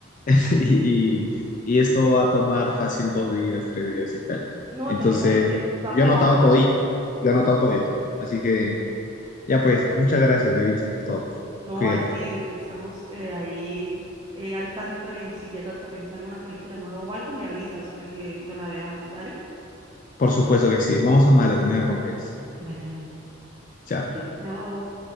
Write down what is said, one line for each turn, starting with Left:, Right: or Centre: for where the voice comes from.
Left: <laughs> y, y- y esto va a tomar fácil dos días, tres días y tal.
Right: No,
Left: Entonces,
Right: tenemos que, va
Left: yo
Right: para
Left: he anotado
Right: largo.
Left: todito, ¿ah? yo he anotado todito. Así que, ya pues, muchas gracias, Yaritza, por todo.
Right: No,
Left: Cuídate.
Right: aquí eh, estamos eh, ahí eh, al tanto en si llega también salga una película nueva o algo, me avisas para que nos la veamos, ¿dale?
Left: Por supuesto que sí. Vamos a maratonear con pelis.
Right: Dale, dale.
Left: Chao.
Right: Chao.